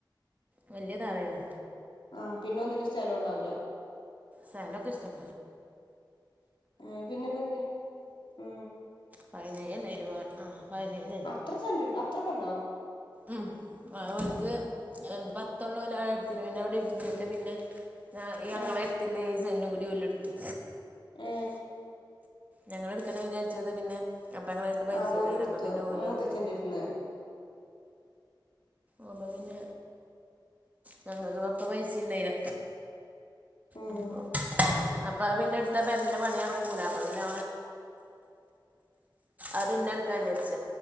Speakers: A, on the right; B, on the left.
A: വലയ താറയാണ്
B: ആഹ പിന്നെ ഒന്ന ഇന്ന സ്ഥലവുംണ്ടാവില്ല
A: സലോ കിസ്റ്റമ
B: ആ പിന്നെപ്പൊ എന്ത് ഉ
A: പതിനനേല്ലരുപ ആ പതിനേഴ്
B: അത്ര സെന്റ്ണ്ട് അത്രക്കെ ഉണ്ടോ
A: ഉ അ അവനിക്ക് എന്ത് പത്തള്ളം ഒരു ആടുത്തിന് പിന്നെ അവിടെ ഇടിഞ്ഞിട്ട് പിന്നെ ഞ ഞങ്ങളെ
B: ആഹ്
A: എത്തില്ല ഏജ തും കൂടി വല്ല എടുത്തു
B: ആ
A: ഞങ്ങ എടുക്കണ വിചാരിച്ചത് പിന്നെ അപ്പം ഞങ്ങളെ അടുത്ത് പൈസ
B: ആഹ് ഓല
A: ഉണ്ടായില്ല
B: ഇടുത്തു
A: അപ്പം പിന്നെ ഓല്
B: മൂത്തച്ഛെന്റെ
A: എടുത്തു
B: ഇരുന്ന്
A: ആമ്മവിന്ന ഞങ്ങരു അപ്പ പൈസണ്ടൈത
B: ഉം
A: അ അപ്പ പിന്നെ എടുത്ത പെരന്റെ പണി നടടക്കൂല അപ്പ പിന്നെ അത് പിന്നെ എടുക്കാ വിചാരിച്ച